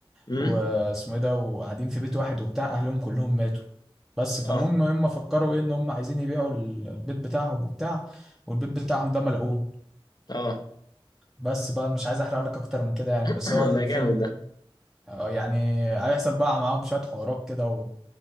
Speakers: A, on the left; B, in the centre.
A: امم
B: واسمه ايه ده وقاعدين في بيت واحد وبتاع اهلهم كلهم ماتوا بس فالمهم
A: اه
B: هم فكروا ايه ان هم عايزين يبيعوا البيت بتاعهم وبتاع والبيت بتاعهم ده ملعون
A: اه
B: بس بقى أنا مش عايز احرق لك اكتر من كده يعني
A: <clears throat>
B: بس هو الفيلم
A: ده جامد ده
B: آه، يعني هيحصل بقى معاهم شوية حوارات كده و-